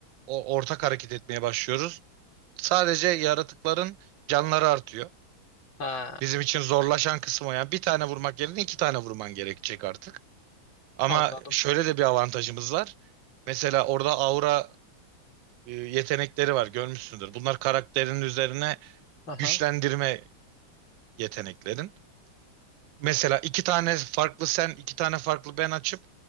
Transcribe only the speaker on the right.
O ortak hareket etmeye başlıyoruz. Sadece yaratıkların canları artıyor.
Bizim için zorlaşan kısmı o. Yani bir tane vurmak yerine iki tane vurman gerekecek artık. Ama
şöyle de bir avantajımız var. Mesela orada aura e, yetenekleri var görmüşsündür. Bunlar karakterin üzerine
güçlendirme yeteneklerin. Mesela iki tane farklı sen, iki tane farklı ben açıp